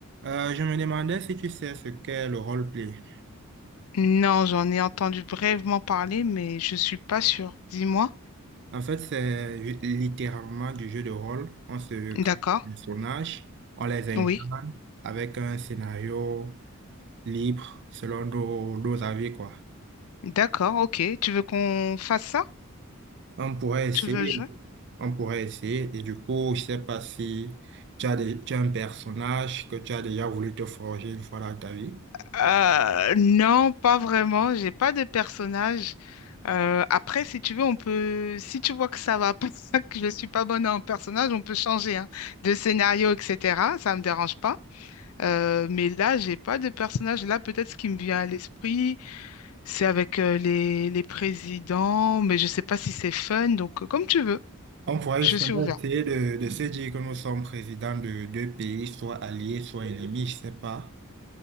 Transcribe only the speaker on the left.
Non, j'en ai entendu brièvement parler, mais je suis pas sûre. Dis-moi.
D'accord.
Oui.
D'accord, ok. Tu veux qu'on fasse ça?
Tu veux jouer?
Euh, non, pas vraiment. J'ai pas de personnage. Euh, après, si tu veux, on peut. Si tu vois que ça va pas, <laughs> que je suis pas bonne en personnage, on peut changer hein, de scénario, etc. Ça me dérange pas. Euh, mais là, j'ai pas de personnage. Là, peut-être ce qui me vient à l'esprit. C'est avec euh, les, les présidents, mais je sais pas si c'est fun, donc euh, comme tu veux,
je
suis ouvert.